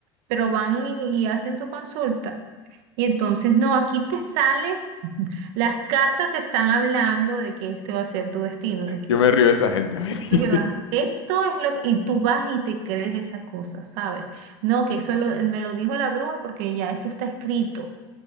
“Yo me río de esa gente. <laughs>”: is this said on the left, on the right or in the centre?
Left